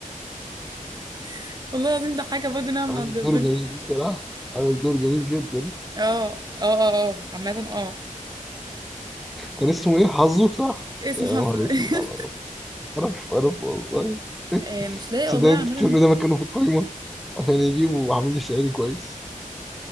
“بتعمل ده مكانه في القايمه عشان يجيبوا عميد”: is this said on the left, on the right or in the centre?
Centre